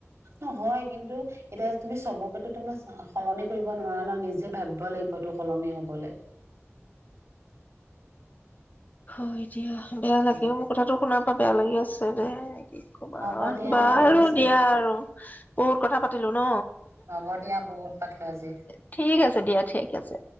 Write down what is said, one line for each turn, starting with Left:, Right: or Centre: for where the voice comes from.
Right: অ' হয় কিন্তু এতিয়া তুমি চবকেতো তোমাৰ চা সলনি কৰিব নোৱাৰা ন নিজে ভাবিব লাগিবতটো সলনি হ'বলৈ।
Left: হয়। দিয়া বেয়া
Right: তেনেকে
Left: লাগেও কথাটো শুনাত ক'ত বেয়া লাগি আছে। দে কি ক'বা
Right: হ'ব দিয়া
Left: বাৰু
Right: আৰু বুজিছা
Left: দিয়া আৰু বহুত কথা পাতিলোঁ ন
Right: হ'ব দিয়া বহুত পাতিলো আজি।
Left: এশেহ এশেহ ঠিক আছে দিয়া ঠিক আছে।